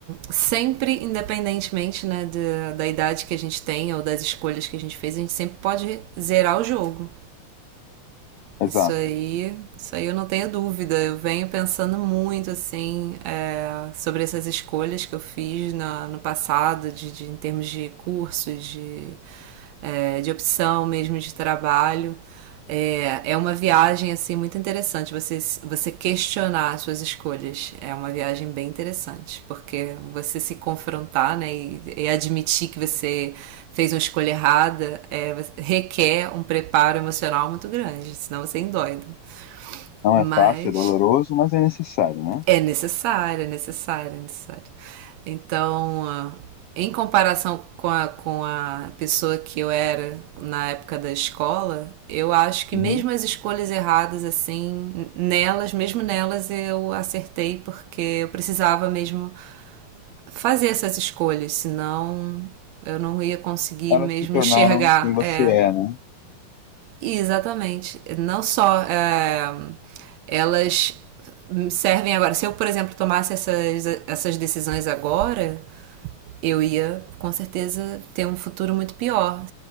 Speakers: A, on the right (about 75°); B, on the left (about 80°).
A: sempre, independentemente né, da, da idade que a gente tem ou das escolhas que a gente fez, a gente sempre pode zerar o jogo.
B: Exato.
A: Isso aí, isso aí eu não tenho dúvida. Eu venho pensando muito assim é, sobre essas escolhas que eu fiz na- no passado, de, de- em termos de curso, de, é, de opção mesmo de trabalho. É, é uma viagem assim muito interessante. Você você questionar as suas escolhas é uma viagem bem interessante, porque você se confrontar, né, e, e admitir que você fez uma escolha errada, é, requer um preparo emocional muito grande, senão você endoida.
B: Não
A: Mas
B: é fácil, é doloroso, mas é necessário, né?
A: é necessário, é necessário, é necessário. Então, ah, em comparação com a, com a pessoa que eu era na época da escola, eu acho que
B: Uhum.
A: mesmo as escolhas erradas, assim, nelas, mesmo nelas eu acertei, porque eu precisava mesmo fazer essas escolhas, senão eu não ia conseguir
B: Elas
A: mesmo
B: te tornaram
A: enxergar
B: quem você
A: é,
B: é, né?
A: Exatamente. Não só é, elas servem agora. Se eu, por exemplo, tomasse essas, essas decisões agora, eu ia com certeza ter um futuro muito pior.